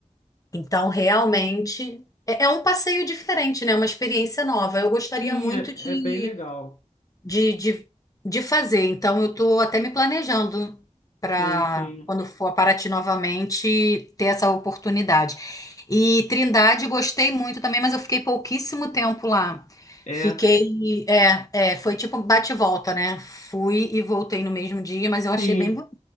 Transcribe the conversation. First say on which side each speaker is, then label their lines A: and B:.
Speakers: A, on the left; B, on the left.
A: Então, realmente, é, é um passeio diferente, né? Uma experiência nova. Eu gostaria
B: Sim,
A: muito
B: é,
A: de,
B: é bem legal.
A: de, de, de fazer. Então, eu estou até me planejando para,
B: Sim, sim.
A: quando for a Paraty novamente, ter essa oportunidade. E Trindade, gostei muito também, mas eu fiquei pouquíssimo tempo lá.
B: É,
A: Fiquei, é, é, foi tipo bate e volta, né? Fui e voltei no mesmo dia, mas eu achei
B: sim.
A: bem bonito,